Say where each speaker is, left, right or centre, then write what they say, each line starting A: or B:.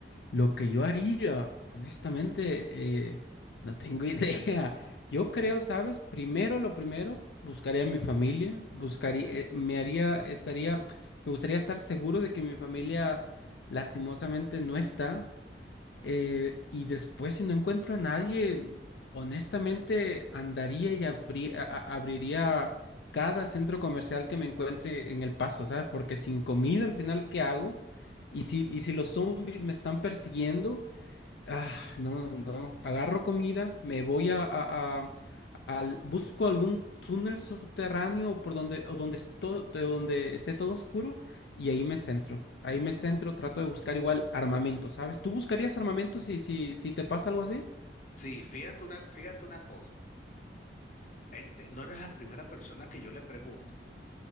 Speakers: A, on the left; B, on the left.
A: Lo que yo haría, honestamente, eh, no tengo <laughs> idea. Yo creo, ¿sabes? Primero, lo primero, buscaría a mi familia, buscaría, eh, me haría, estaría, me gustaría estar seguro de que mi familia lastimosamente no está. Eh, y después, si no encuentro a nadie, honestamente andaría y abrí- a- a- abriría cada centro comercial que me encuentre en El Paso, ¿sabes? Porque sin comida al final, ¿qué hago? Y si, y si los zombies me están persiguiendo, Ah, no, no, no. Agarro comida, me voy a, a- a- al, busco algún túnel subterráneo por donde, o donde, esto- de donde esté todo oscuro y ahí me centro. Ahí me centro, trato de buscar igual armamento, ¿sabes? ¿Tú buscarías armamento si, si, si te pasa algo así?
B: Sí, fíjate una, fíjate una cosa, este, no eres la primera persona que yo le pregunto,